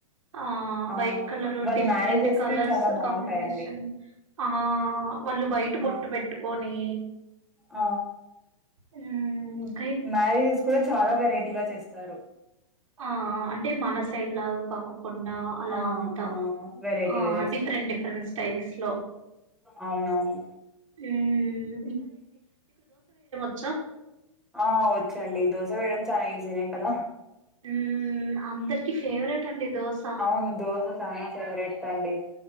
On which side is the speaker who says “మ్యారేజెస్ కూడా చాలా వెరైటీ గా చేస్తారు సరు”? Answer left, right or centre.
Centre